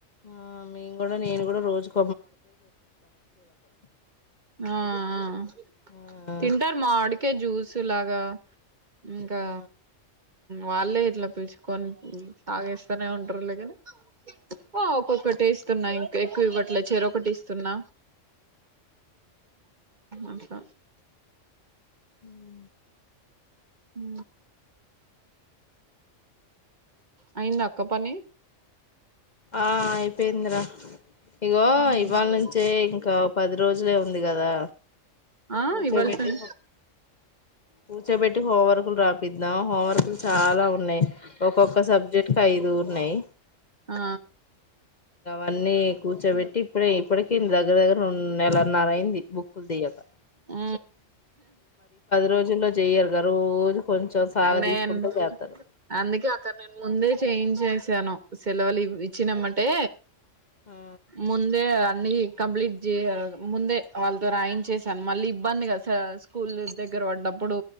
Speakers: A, on the left (about 40°); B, on the right (about 40°).
A: ఆ మేము కూడా నేను కూడా రోజుకు
B: ఆ ఆ
A: ఆ
B: తింటారు మామిడికాయి జ్యూసులాగా ఇంకా
A: ఆ
B: వాళ్ళే ఇట్లా పిల్చుకొని ఉ తాగేస్తానే ఉంటారులే కని ఓ ఒక్కొక్క టేస్ట్ వున్నాయి ఇంకా ఎక్కువ ఇవ్వట్లే చెరోకటి ఇస్తున్నా అట్లా
A: ఉ
B: ఉ అయిందక్కా పని
A: ఆ అయిప్ ఉపేంద్ర ఇగో
B: ఉమ్.
A: ఇవాళ నుంచే ఇంకా పది రోజులే ఉంది కదా.
B: ఆ
A: కూర్చోబెట్టి
B: ఇవాల్టీ ను
A: కూర్చోబెట్టి హోమ్ వర్కులు రాపిద్దాం హోమ్ వర్కులు చాలా ఉన్నాయి, ఒక్కొక్క సబ్జెక్ట్కి ఐదు వున్నాయ్
B: ఆ
A: అన్నీ కూర్చోబెట్టి ఇప్పుడే ఇప్పటికే దగ్గర దగ్గర రెండు నెలన్నర అయింది బుక్కులు తీయకా.
B: ఉ
A: రోజుల్లో చెయ్యరుగా రోజు కొంచెం సాగ
B: నేన్
A: తీసుకుంటే చేస్తారు
B: అందుకే అక్కడ నేను ముందే చేంజ్ చేసాను సెలవులు ఇచ్చినమంటే
A: ఆ
B: ముందే అన్ని కంప్లీట్ చే ముందే వాళ్ళతో రాయి చేశాను మళ్ళీ ఇబ్బందిగా స్కూల్ నుంచి దగరా పడ్డప్పుడు